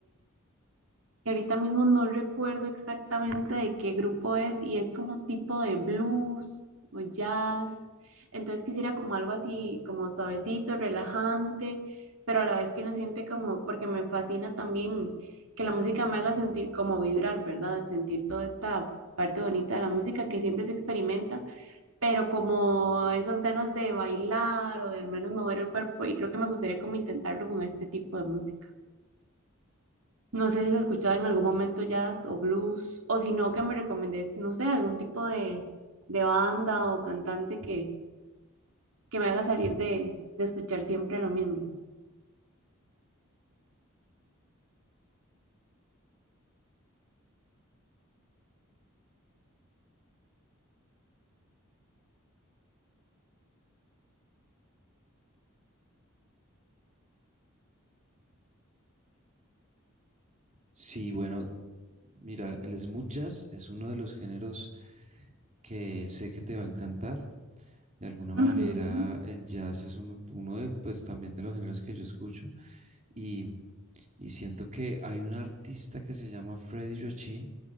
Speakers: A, on the right (about 80°); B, on the right (about 35°).
A: que ahorita mismo no recuerdo exactamente de qué grupo es y es como tipo de blues o jazz. Entonces quisiera como algo así, como suavecito, relajante, pero a la vez que uno siente como, porque me fascina también que la música me haga sentir como vibrar, ¿verdad? Sentir toda esta parte bonita de la música que siempre se experimenta, pero como esas ganas de bailar o de al menos mover el cuerpo y creo que me gustaría como intentarlo con este tipo de música. No sé si has escuchado en algún momento jazz o blues, o si no, que me recomendés, no sé, algún tipo de, de banda o cantante que, que me haga salir de, de escuchar siempre lo mismo.
B: sí, bueno, mira, el smooth jazz es uno de los géneros que sé que te va a encantar. De alguna
A: Ujú,
B: manera, el jazz es uno, uno de, pues, también de los géneros que yo escucho y, y siento que hay un artista que se llama Freddy Joachim